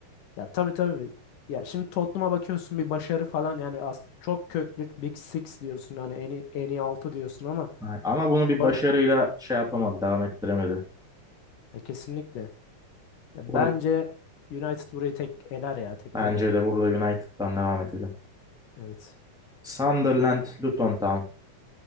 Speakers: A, on the left; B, in the centre.
A: Ya tabii tabii. Ya şimdi Tottenham'a bakıyorsun bir başarı falan yani az çok köklü Big Six diyorsun hani en iyi, en iyi 6 diyorsun ama
B: Ay- Ama bunu bir
A: baş
B: başarıyla şey yapamadı, devam ettiremedi.
A: ya kesinlikle. Ya
B: Burada
A: bence United burayı tek eler ya tekler
B: Bence
A: yani.
B: de burada United'dan devam edelim.
A: Evet.
B: Sunderland, Luton Town.